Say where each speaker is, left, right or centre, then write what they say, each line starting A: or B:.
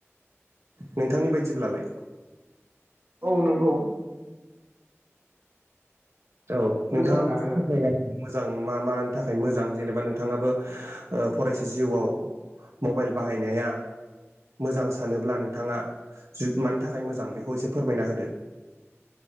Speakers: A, on the right (about 80°); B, on the right (about 50°).
A: नोंथांनि बायदिब्लालाय
B: औ नंगौ
A: औ नोंथांङाबो
B: मोजाङानो
A: एसे फोरमायनो हागोन। मोजां मा मानि थाखाय मोजां जेनेबा नोंथांङाबो फरायसा जिउआव मबाइल बाहायनाया मोजां सानोब्ला नोंथांङा मानि थाखाय मोजां बेखौ एसे फोरमायना होदो।